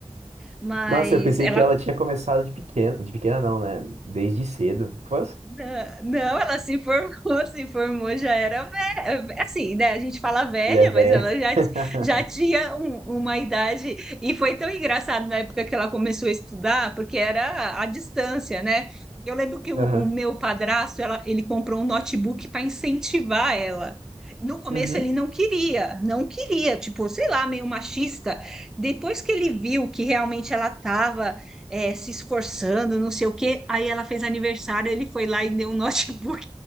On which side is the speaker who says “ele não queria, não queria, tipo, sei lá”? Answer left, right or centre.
Centre